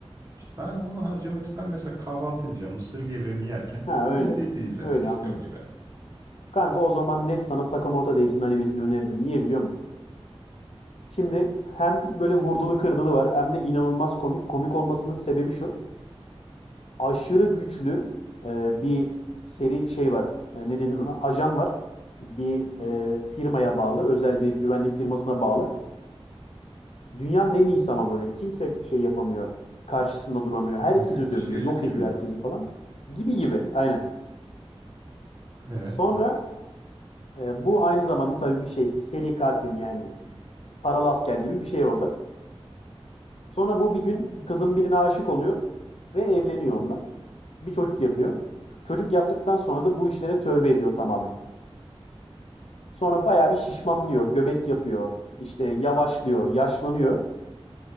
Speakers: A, on the right; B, on the left.
A: İşte ben onu harcamak istiyorum. Ben mesela kahvaltı edeceğim. Mısır gevreğimi yerken
B: Ha öyle.
A: ben dizi izlemek
B: Öyle
A: istiyorum
B: anladım.
A: gibi.
B: Kanka o zaman net sana Sakamoto Days'in animesini öneririm. Niye biliyor musun? Şimdi hem böyle vurdulu kırdılı var hem de inanılmaz komik. Komik olmasının sebebi şu. aşırı güçlü e, bir seri şey var. E, ne denir ona? Ajan var. Bir e, firmaya bağlı, özel bir güvenlik firmasına bağlı. Dünyanın en iyisi ama böyle. Kimse şey yapamıyor, karşısında duramıyor. Herkesi
A: Müfettiş
B: dövüyor,
A: Gadget
B: yok
A: gibi
B: ediyor
A: mi?
B: herkesi falan. Gibi gibi, aynen.
A: He.
B: Sonra e, bu aynı zamanda tabii bir şey, seri katil yani paralı asker gibi bir şey orada. Sonra bu bir gün kızın birine aşık oluyor ve evleniyor onunla. Bir çocuk yapıyor. Çocuk yaptıktan sonra da bu işlere tövbe ediyor tamamen. Sonra bayağı bir şişmanlıyor, göbek yapıyor, işte yavaşlıyor, yaşlanıyor.